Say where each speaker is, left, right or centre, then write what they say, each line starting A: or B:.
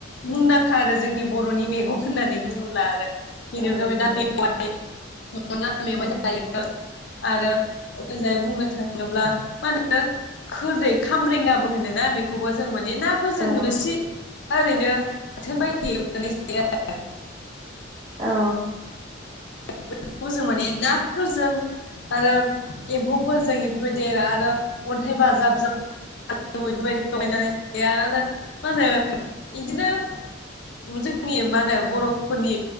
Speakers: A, on the left (about 60°); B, on the right (about 30°).
A: मुंदांखा आरो जोंनि बर'नि मेगं होननानै बुङोब्ला आरो बेनि
B: औ
A: उनाव
B: नंगौ
A: दा <unintelligible> <unintelligible> आरो ओजाय बुंनो थाङोब्ला मा होनो खोरदै खामरेंगाबो होनोना? <unintelligible> बेखौबो जों। माने नाफोरजों
B: औ
A: रोसि ओरैनो बाथोन बायदि एवनानै जायो आरो।
B: औ।
A: फोरखौ जों माने नाफोरजों। आरो एम्फौफोर जों इफोरबायदि आरो अन्थाइ बाजाबजों। <unintelligible> मा होनो बिदिनो। जोंनि मा होनो बर'फोरनि